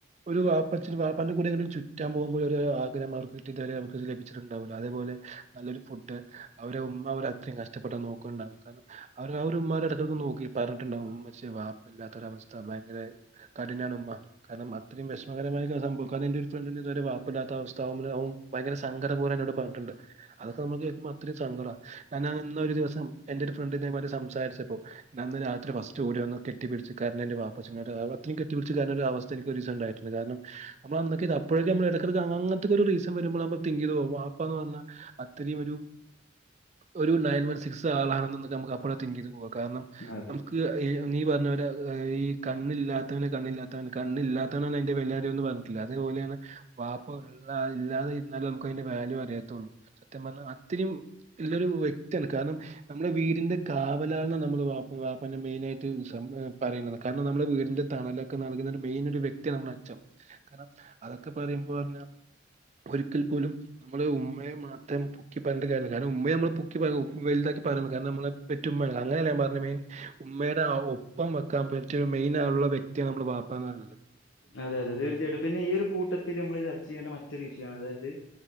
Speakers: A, on the right (about 35°); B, on the left (about 80°).
A: ഒരു വാ വാപ്പാന്റെ കൂടെ ചുറ്റാ പോകുമ്പോൾ ഒരു ആഗഹം അവർ. <unintelligible> ണ്ട അതെപ്പോലെ നല്ലൊരു ഫുഡ് അവരെ ഉമ്മ അവരെ അത്രയും കഷ്ട്ടപ്പെട്ട നോകുന്നുണ്ടാവ കാരണം. അവര് അവ ഒരുമാനെ എടക്കടുക്ക് നോക്കി. പറഞ്ഞിട്ടുണ്ടാവും ഉമ്മച്ചി വാപ്പയില്ലാത്തൊരവസ്ഥ ഭയങ്കര കഠിനമാണ് ഉമ്മ കാരണം അത്രയും വെഷ ഓളെ മര്യാസംഭവം <unintelligible> കാരണം ഇന്റെ ഒരു ഫ്രണ്ടിന്റെ വാപ്പയില്ലാത്ത അവസ്ഥ അവനൻ പറയും - ഭയങ്കര സങ്കടം പോലെ എന്നോട് പറഞ്ഞിട്ടിണ്ട്. അതൊക്കെ നമ്മക്ക് കേൾക്ക്പോ അത്രയും സങ്കടാണ് കാരണം അന്നൊരു ദിവസം എന്റെ ഒരു ഫ്രണ്ട് ഇതേ മാരി സംസാരിച്ചപ്പോ- അന്ന് രാത്രി ഫസ്റ്റ് ഓടി കെട്ടിപിടിച്ചു കരഞ്ഞു എന്റെ പാപ്പ അ <unintelligible> ത്രി കെട്ടിപിടിച്ചു കരഞ്ഞ അവസ്ഥ എനിക്ക് ഒരു ദിവസോം ഉണ്ടായിട്ടുണ്ട്. കാരണം അന്നൊക്കെ അപ്പോഴേക്കെ എടക്ക് എടക്കു അങ്ങനത്തെ ഒക്കെ ഒരു ദിവസം വരുമ്പം തിങ്ക് ചെയ്ത് നോക്കും വാപ്പാന്ന് പറഞ്ഞ- അത്രയും ഒരു നയൻ വൺ സിക്സ് ആളാണെന്നൊക്കെ നമുക്ക് അപ്പോഴേ തിങ്ക് ചെയ്ത് പോകാം കാരണം-
B: അത്
A: നമുക്ക് ഈ നീ പറഞ്ഞപോലെ ഈ കണ്ണില്ലാത്തവനെ കണ്ണില്ലാത്തവന് കണ്ണില്ലാത്തവനാണ് - എല്ലാരുംയെന്ന് പറഞ്ഞട്ടില്ലേ അതേപോലെയാണ്- വാപ്പയില്ലാതെ ഇരുന്നാലേ നമുക്ക് അതിന്റെ വാല്യൂ അറിയതൊള്ളൂ സത്യം പറഞ്ഞാൽ അത്രയും- നല്ലൊരു വ്യക്തിയാണ് കാരണം- നമ്മുടെ വീടിന്റെ കാവലാൾ എന്നാ നമ്മള് വാപ്പാനെ മെയിനാ ആയിട്ട് പറയുന്നത് കാരണം നമ്മുടെ വീടിന്റെ തണലൊക്കെ നൽകുന്ന മെയിൻ ഒരു വ്യക്തിയാ നമ്മുടെ കാരണം അതൊക്കെ പറയുമ്പോ പറഞ്ഞ ഒരിക്കൽ പോലും- നമ്മള് ഉമ്മയെ മാത്രം- പറഞ്ഞിട്ട് കാര്യം ഇല്ല കാരണം ഉമ്മയെ നമ്മൾ പൊക്കി പറയണം വെലുതാക്കി പറയണം കാരണം നമ്മളെ പെറ്റുമ്മയാണ് അങ്ങനെ ഞാൻ പറഞ്ഞെത്- ഉമ്മയുടെ ആ ഒപ്പം വെക്കാൻ പറ്റയെ മെയിനായുള്ള ഒരു വ്യക്തിയാണ് നമ്മുടെ വാപ്പ എന്ന് പറയത്.
B: അതെ അതെ തീർച്ചയായിട്ടും പിന്നെ ഈ ഒരു കൂട്ടത്തിൽ നമ്മള് ചർച്ച ചെയ്യേണ്ട മറ്റൊരു വിഷയാണ് അതായത്.